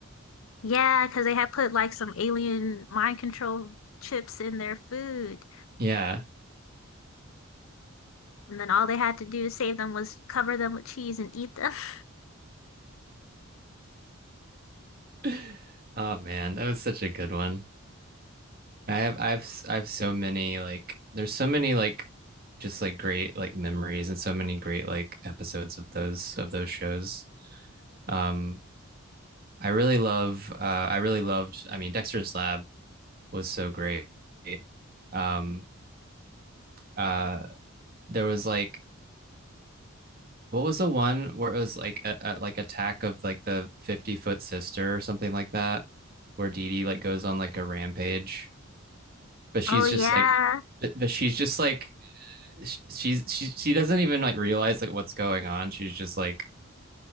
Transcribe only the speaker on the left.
Yeah, because they had put like some alien mind control chips in their food,
and then all they had to do to save them was cover them with cheese and eat them. <laughs>
Oh yeah.